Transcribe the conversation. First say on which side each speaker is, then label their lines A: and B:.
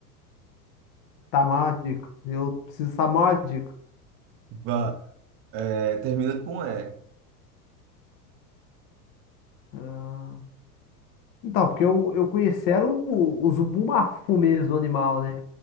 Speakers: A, on the left; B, on the right.
A: tá mal a dica. Eu preciso saber mal a dica.
B: Vai, é, termina com E.
A: Ah, Então, porque eu, eu conheci era o, o Zubumafu mesmo, o animal, né?